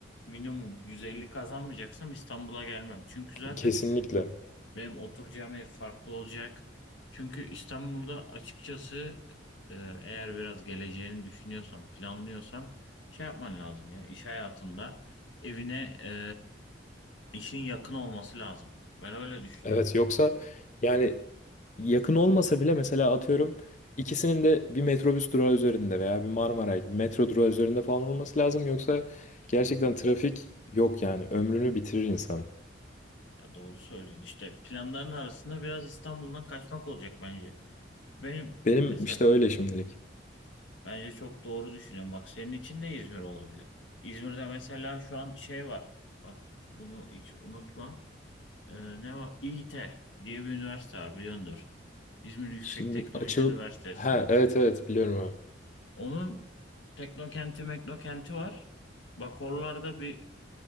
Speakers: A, on the left (about 80°); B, on the left (about 40°).
A: minimum 150 kazanmayacaksam İstanbul'a gelmem. Çünkü zaten
B: Kesinlikle.
A: benim oturacağım ev farklı olacak. Çünkü İstanbul'da açıkçası e, eğer biraz geleceğini düşünüyorsan, planlıyorsan şey yapman lazım ya iş hayatında evine e, İşin yakın olması lazım. Ben öyle düşünüyorum.
B: Evet yoksa yani yakın olmasa bile mesela atıyorum ikisinin de bir metrobüs durağı üzerinde veya bir Marmaray, bir metro durağı üzerinde falan olması lazım. Yoksa gerçekten trafik yok yani ömrünü bitirir insan.
A: Ya doğru söylüyorsun. İşte planların arasında biraz İstanbul'dan kaçmak olacak bence. Benim
B: Benim
A: mesela
B: işte öyle şimdilik.
A: bence çok doğru düşünüyorum. Bak senin için de İzmir olabilir. İzmir'de mesela şu an şey var. Bak bunu hiç unutma. Ee, ne var? İİT diye bir üniversite var biliyordur. İzmir Yüksek
B: Şimdi
A: Teknoloji
B: açılıp
A: Üniversitesi.
B: ha evet evet biliyorum abi.
A: Onun teknokenti meknokenti var. Bak oralarda bir